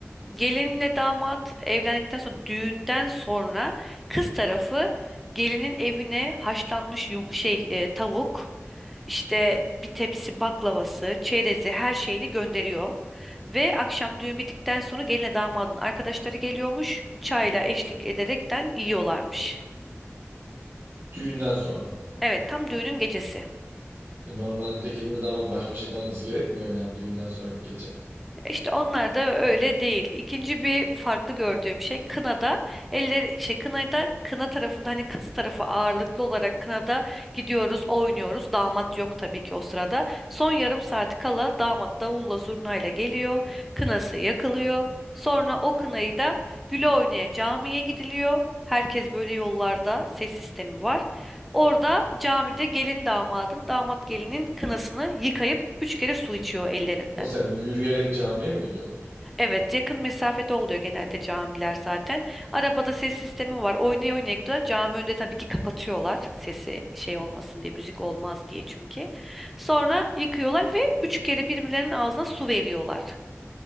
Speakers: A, in the centre; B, on the right (about 60°).
A: Gelinle damat evlendikten sonra düğünden sonra kız tarafı gelinin evine haşlanmış yum- şey e, tavuk işte bir tepsi baklavası, çerezi her şeyini gönderiyor. Ve akşam düğün bittikten sonra gelinle damadın arkadaşları geliyormuş. Çayla eşlik ederekten yiyorlarmış.
B: Düğünden sonra.
A: Evet, tam düğünün gecesi.
B: E, Normalde gelinle damat baş başa kalması gerekmiyor mu yani düğünden sonraki gece?
A: İşte onlar da öyle değil. İkinci bir farklı gördüğüm şey kınada eller şey kınada kına tarafında hani kız tarafı ağırlıklı olarak kınada gidiyoruz, oynuyoruz. Damat yok tabii ki o sırada. Son yarım saat kala damat davulla zurnayla geliyor. Kınası yakılıyor. Sonra o kınayı da güle oynaya camiye gidiliyor. Herkes böyle yollarda ses sistemi var. Orada camide gelin damadın, damat gelinin kınasını yıkayıp üç kere su içiyor ellerinden.
B: Nasıl yani yürüyerek camiye mi gidiyorlar?
A: Evet, yakın mesafede oluyor genelde camiler zaten. Arabada ses sistemi var. Oynaya oynaya gidiyorlar. Cami önünde tabii ki kapatıyorlar. Sesi şey olmasın diye, müzik olmaz diye çünkü. Sonra yıkıyorlar ve üç kere birbirlerinin ağzına su veriyorlar.